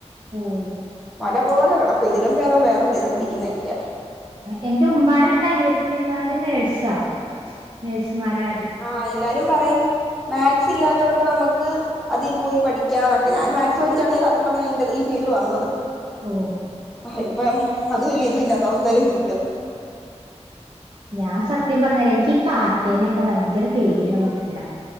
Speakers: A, on the right; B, in the centre.
A: ഉം
B: മല പോലെ കിടക്കും. ഇതിലും വേദം വേറെ എന്തെലും പടിക്കുന്നക്കിയാ.
A: എന്റെ ഉമ്മാടെ രണ്ട് അനിയത്തിന്മാര് നേഴ്സാ നേഴ്സുമാരാ
B: ആ എല്ലാരും പറയും മാത്സ് ഇല്ലാത്തത് കൊണ്ട് നമക്ക് അതീ പോയി പഠിക്കാ എന്നൊക്കെ ഞൻ മാത്സ് മടിച്ചാണ് ഞാൻ സത്യം പറഞ്ഞാൽ ഈ ഫീൽഡിൽ വന്നത്.
A: ഓ
B: ആ ഇപ്പം അതു ഇല്ല ഇതും ഇല്ലാത്ത അവസ്ഥയിൽ ഇരി
A: ഞാൻ സത്യം പറഞ്ഞല് എനിക്ക് പാറ്റേനയൊക്കെ ഭയങ്കര ഭയങ്കര പേടിയുള്ള കൂട്ടത്തിലാ.